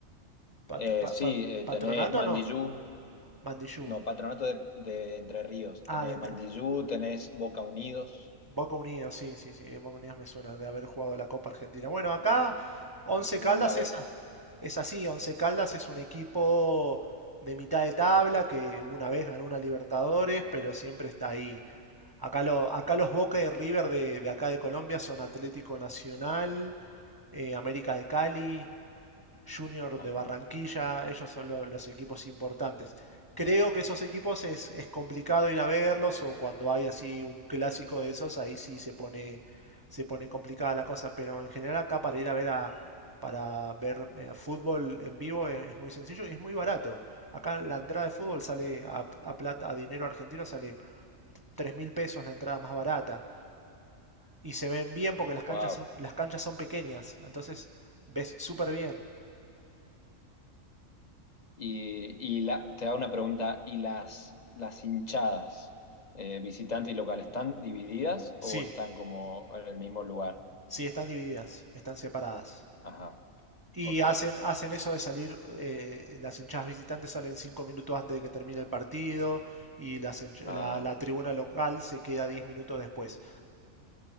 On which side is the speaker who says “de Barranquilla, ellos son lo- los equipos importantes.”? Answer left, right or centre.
Right